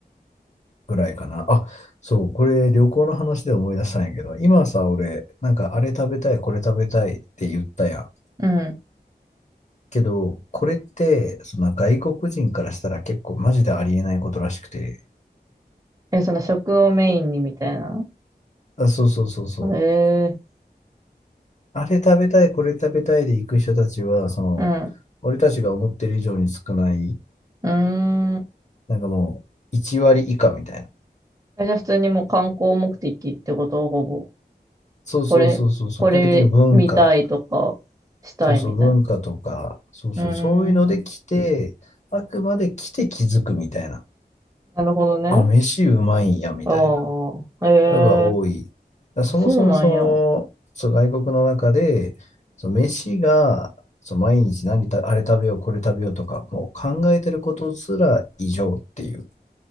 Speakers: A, on the left (about 45°); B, on the right (about 20°).
A: ぐらいかな。あ、そう、これ旅行の話で思い出したんやけど、今さ、俺、なんかあれ食べたい、これ食べたいって言ったやん。
B: うん。
A: けど、これって、その外国人からしたら結構マジでありえないことらしくて、
B: え、その食をメインにみたいな。
A: あ、そうそうそうそう。
B: へえ。
A: あれ食べたい、これ食べたいで行く人たちは、その、
B: うん。
A: 俺たちが思ってる以上に少ない、
B: うーん。
A: なんかもう、1割以下みたいな。
B: えじゃあ普通にもう観光目的ってことほぼ。
A: そうそうそうそうそう、
B: これ、これ見たいとか、
A: 基本的に文化
B: したいみたいな。
A: そうそう、文化とか、そうそう、
B: うーん、
A: そういうので来て、あくまで来て気づくみたいな。
B: なるほどね。
A: あ、飯うまいんや、みたいな
B: ああ、え
A: のが多い。だからそもそもその、
B: ー、そうなんや。
A: そう、外国の中で、そう、飯が、そう、毎日何た、あれ食べよう、これ食べようとか、もう考えてることすら異常っていう。